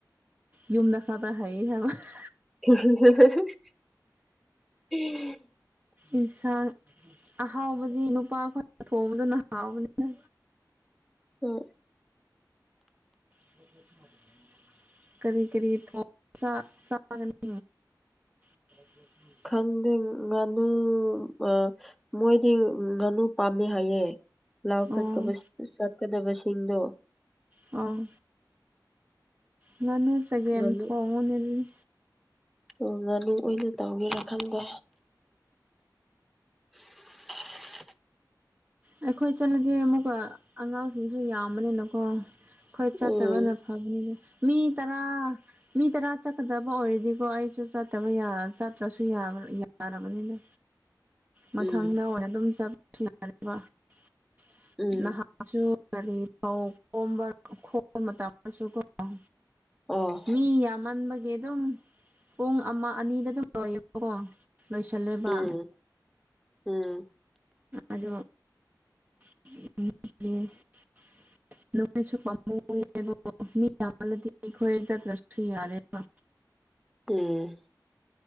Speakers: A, on the right (about 25°); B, in the centre.
A: ꯌꯨꯝꯗ ꯈꯇ ꯍꯩꯌꯦ ꯍꯥꯏꯕ <unintelligible>
B: <unintelligible>
A: ꯏꯟꯁꯥꯡ ꯑꯍꯥꯎꯕꯗꯤ ꯅꯨꯄꯥ ꯑꯩꯈꯣꯏꯅ ꯊꯣꯡꯕꯗꯨꯅ ꯍꯥꯎꯕꯅꯤꯗ
B: ꯊꯣ
A: ꯉꯁꯥꯏꯒꯤ ꯀꯔꯤ ꯀꯔꯤ ꯊꯣꯡ ꯆꯥꯛ ꯆꯥꯒꯅꯤ <unintelligible>
B: ꯈꯪꯗꯦ ꯉꯥꯅꯨ ꯑꯥ ꯃꯣꯏꯗꯤ ꯉꯥꯅꯨ ꯄꯥꯝꯃꯦ ꯍꯥꯏꯌꯦ ꯂꯥꯎ
A: ꯑꯣ
B: ꯆꯀꯕꯁꯤ ꯆꯠꯀꯗꯕꯁꯤꯡꯗꯣ
A: ꯑꯣ ꯉꯥꯅꯨ ꯆꯒꯦꯝ
B: ꯉꯥꯅꯨ
A: ꯊꯣꯡꯉꯣꯅꯦ ꯑꯗꯨꯗꯤ
B: ꯑꯣ ꯉꯥꯅꯨ ꯑꯣꯏꯅ ꯇꯥꯎꯒꯦꯔꯥ ꯈꯪꯗꯦ <unintelligible>
A: ꯑꯩꯈꯣꯏ ꯆꯠꯂꯗꯤ ꯑꯃꯨꯛꯀ ꯑꯉꯥꯡꯁꯤꯡꯁꯨ ꯌꯥꯝꯕꯅꯤꯅꯀꯣ ꯑꯩꯈꯣꯏ ꯆꯠꯇꯕꯅ
B: ꯎꯝ
A: ꯐꯒꯅꯤꯗ ꯃꯤ ꯇꯔꯥ ꯃꯤ ꯇꯔꯥ ꯆꯠꯀꯗꯕ ꯑꯣꯏꯔꯗꯤꯀꯣ ꯑꯩꯁꯨ ꯆꯠꯇꯕ ꯌꯥ ꯆꯠꯇ꯭ꯔꯁꯨ ꯌꯥꯕ ꯌꯥꯔꯕꯅꯤꯗ
B: <inaudible>
A: ꯃꯊꯪꯗ
B: ꯎꯝ
A: ꯑꯣꯏꯅ ꯑꯗꯨꯝ ꯆꯠ <unintelligible>
B: ꯎꯝ
A: ꯅꯍꯥꯛ <unintelligible> ꯒꯥꯔꯤ ꯐꯥꯎ ꯈꯣꯝꯕ ꯈꯣꯝꯕ ꯃꯇꯝꯗꯁꯨ ꯀꯣ ꯑꯣ
B: ꯑꯣ
A: ꯃꯤ ꯌꯥꯝꯃꯟꯕꯒꯤ ꯑꯗꯨꯝ ꯄꯨꯡ ꯑꯃ ꯑꯅꯤꯗ ꯑꯗꯨꯝ ꯂꯣꯏꯌꯦꯕꯀꯣ ꯂꯣꯏꯁꯜꯂꯦꯕ
B: ꯎꯝ ꯎꯝ
A: ꯑꯗꯨ <unintelligible>
B: <inaudible>
A: <unintelligible> ꯑꯩꯈꯣꯏ ꯆꯠꯇ꯭ꯔꯁꯨ ꯌꯥꯔꯦꯕ
B: ꯎꯝ